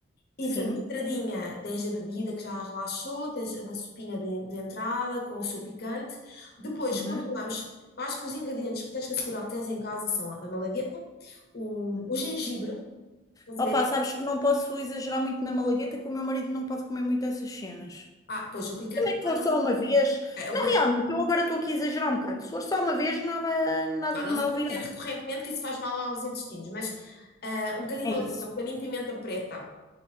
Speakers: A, on the left (about 50°); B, on the left (about 15°).
A: E,
B: sim.
A: portanto, entradinha, tens a bebida que já relaxou, tens uma sopinha de, de entrada com o seu picante. Depois,
B: Uhum,
A: continuamos. Eu Acho que os ingredientes que tens que assegurar que tens em casa são a a malagueta, o,
B: uhum.
A: o gengibre, Estás
B: Opa,
A: a ver?
B: sabes que não posso exagerar muito na malagueta, que o meu marido não pode comer muito essas cenas.
A: Ah, pois o picante
B: É
A: também
B: que for
A: não,
B: só uma vez.
A: é, é o
B: Não,
A: meu-
B: realmente, eu agora estou aqui a exagerar um bocado. Se for só uma vez, nada, nada
A: não,
B: de
A: não
B: mal
A: se pode
B: virá.
A: ter recorrentemente que isso faz mal aos intestinos, mas ah, um bocadinho
B: É
A: de malagueta,
B: isso.
A: um bocadinho de pimenta preta,